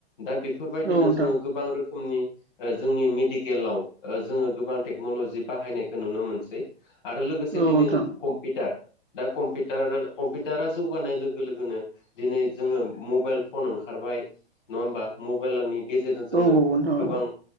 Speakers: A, on the left (about 50°); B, on the right (about 70°).
A: दा बेफोरबायदिनो
B: औ नोंथां
A: जोङो गोबां रो खोम नि ओ जोंनि मेडिकेलाव ओ जोङो गोबां टेक्न'लजि बाहायनायखौ नुनो मोनसै आरो लोगोसे
B: औ
A: दिनै
B: नोंथां
A: कम्पिउटार दा कम्पिउटार कम्पिटारा जौगानाय लोगो लोगोनो दिनै जोङो मबाइल फन ओंखारबाय नङा होमबा मबाइलानि गेजेरजों जोङो
B: औ नोंथां
A: गोबां
B: औ